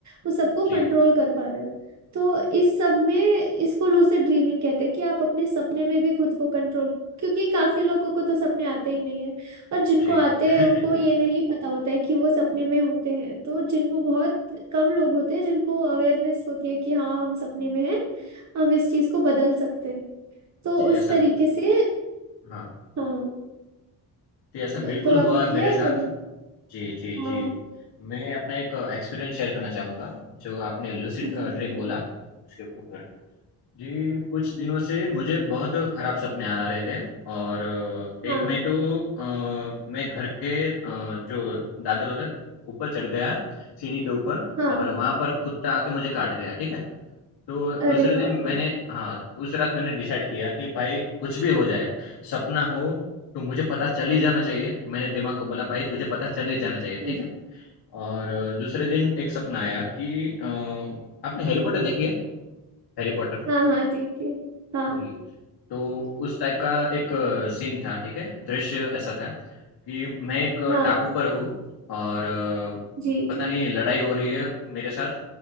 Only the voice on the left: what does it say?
जी,
जी।
<laughs>
जी,
ऐसा
हाँ,
जी ऐसा
बिल्कुल
हुआ है
मेरे
साथ।
जी, जी,
जी। मैं अपना एक एक्सपीरियंस शेयर करना चाहूँगा, जो आपने लूसिड अ,
ड्रीम
बोला, उसके ऊपर। जी, कुछ दिनों से मुझे बहुत खराब सपने आ रहे थे और अ, एक
में तो अ, मैं घर के अ, जो दादर होता है, ऊपर चढ़ गया, सीढ़ी के ऊपर
और वहाँ पर कुत्ता आके मुझे काट गया, ठीक है? तो
दूसरे दिन
मैंने
हाँ, उस रात मैंने डिसाइड किया कि भाई कुछ भी हो जाए, सपना हो तो मुझे पता चल ही जाना चाहिए। मैंने दिमाग को बोला भाई तुझे पता चल ही जाना चाहिए,
ठीक है? और अ, दूसरे दिन एक सपना आया कि अ, आपने हैरी पॉटर देखी है? Harry Potter
जी, तो उस टाइप का एक सीन था, ठीक है? दृश्य ऐसा था कि मैं एक
टापू पर हूँ और अ,
पता
नहीं लड़ाई हो रही है मेरे साथ।